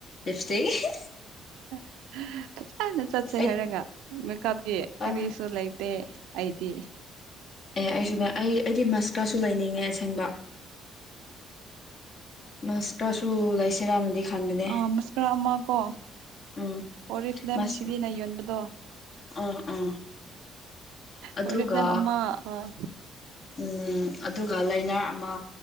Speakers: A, on the left; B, on the right.
A: ꯂꯤꯞ꯭ꯁꯇꯤꯛ ꯍꯤꯍꯤ
B: ꯎ <inaudible> ꯐꯖꯅ ꯆꯠꯁꯦ
A: ꯑꯩ
B: ꯍꯥꯏꯔꯒ ꯃꯦꯀꯞꯀꯤ ꯀꯔꯤꯁꯨ
A: ꯑꯦ
B: ꯂꯩꯇꯦ ꯑꯩꯗꯤ <inaudible>
A: ꯑꯦ ꯑꯩꯁꯨ ꯑꯩ ꯑꯩꯗꯤ ꯃꯁꯀꯔꯁꯨ ꯂꯩꯅꯤꯡꯉꯦ ꯑꯁꯦꯡꯕ ꯃꯁꯀꯔꯁꯨ ꯂꯩꯁꯤꯔꯥꯅꯗꯤ ꯈꯟꯕꯅꯦ
B: ꯑ ꯃꯁꯀꯔꯥ ꯑꯃ ꯀꯣ
A: ꯎꯝ
B: ꯑꯣꯔꯤꯐ꯭ꯂꯦꯝ
A: ꯃꯁ
B: ꯁꯤꯕꯤꯅ ꯌꯣꯟꯕꯗꯣ
A: ꯑꯥ ꯑꯥ ꯑꯗꯨꯒ
B: ꯑꯣꯔꯤꯐ꯭ꯂꯦꯝ ꯑꯃ ꯑꯥ
A: ꯎꯝ ꯑꯗꯨꯒ ꯂꯥꯏꯅꯥ ꯑꯃ